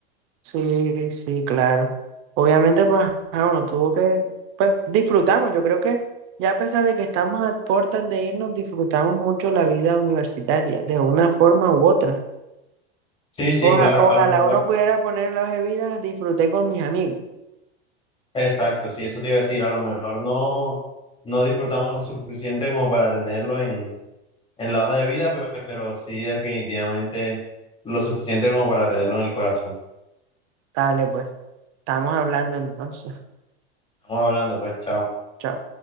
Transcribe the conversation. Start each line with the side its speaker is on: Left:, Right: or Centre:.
Right: Sí, sí, claro. Obviamente, pues, ajá, uno tuvo que, pues, disfrutamos. Yo creo que ya a pesar de que estamos a puertas de irnos, disfrutamos mucho la vida universitaria, de una forma u otra.
Left: Sí, sí,
Right: Oja-
Left: claro.
Right: ojalá
Left: A lo mejor
Right: uno pudiera poner las bebidas, disfruté con mis amigos.
Left: Exacto, sí, eso te iba a decir, a lo mejor no, no disfrutamos suficiente como para tenerlo en, en la hoja de vida, pe- pero sí definitivamente lo suficiente como para tenerlo en el corazón.
Right: Dale, pues, estamos hablando entonces.
Left: Estamos hablando, pues, chao.
Right: Chao.